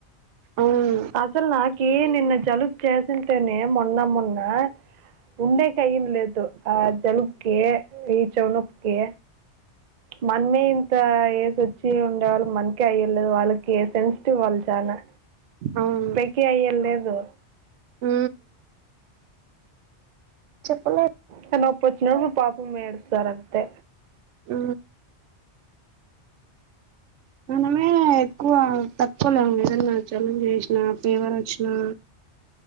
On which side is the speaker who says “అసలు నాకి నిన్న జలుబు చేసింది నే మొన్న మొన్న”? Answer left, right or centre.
Right